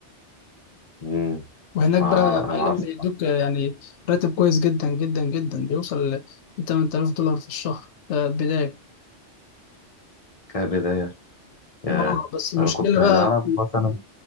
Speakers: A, on the left; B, on the left.
A: أمم،
B: وهناك
A: ما
B: بقى
A: أعرف-
B: معلم
A: ما أعرفش
B: بيدوك آه، يعني راتب كويس جدا جدا جدا بيوصل ل 8000 دولار في الشهر آه، بداية
A: كبداية ياه
B: اه بس المشكلة
A: أنا كنت أنا
B: بقى
A: أعرف مثلا